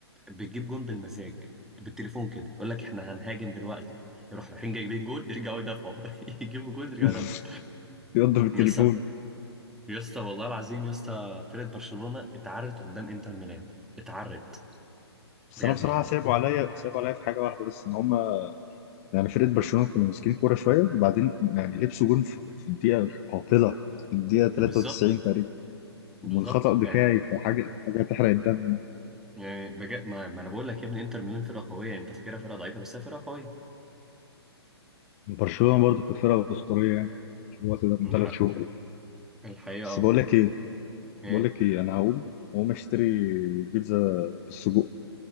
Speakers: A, in the centre; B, on the left.
A: بتجيب جون بالمزاج بالتليفون كده يقول لك احنا هنهاجم دلوقتي يروح رايحين جايبين جون يرجعوا يدافعوا <laughs> يجيبوا جون يرجعوا
B: <laughs>
A: يدافعوا
B: بيضرب التليفون
A: يا اسطى يا اسطى والله العظيم يا اسطى فرقه برشلونه اتعرت قدام انتر ميلان اتعرت
B: بس
A: بجد
B: انا بصراحه
A: يعني
B: سابوا عليا سابوا عليا في حاجه واحده بس ان هم يعني فرقه برشلونه كانوا ماسكين كوره شويه وبعدين يعني لبسوا جون في في الدقيقه القاتله في الدقيقه 93
A: بالظبط
B: تقريبا
A: بالظبط
B: ومن خطا دفاعي
A: يعني انت
B: فحاجه حاجه تحرق الدم
A: يعني بجد ما, ما انا بقول لك يا ابني انتر ميلان فرقه قويه انت فاكرها فرقه ضعيفه بس هي فرقه قويه
B: يعني برشلونه برضو كانت فرقه اسطوريه يعني في الوقت ده من
A: الحق-
B: ثلاث شهور
A: الحقيقه
B: بس
A: اه
B: بقول لك ايه
A: ايه
B: بقول لك ايه انا هقوم هقوم اشتري بيتزا بالسجق